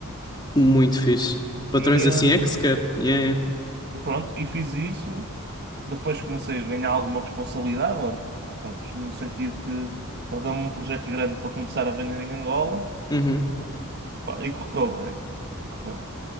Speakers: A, on the left; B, on the right.
A: muito fixe. Patrões
B: E
A: assim
B: hum,
A: é que se quer. Yeah, yeah.
B: e pronto, e fiz isso. Depois comecei a ganhar alguma responsabilidade, lá de- pronto, no sentido que ele deu-me um projeto grande para começar a vender em Angola,
A: Uhum,
B: Pá, e correu bem. E correu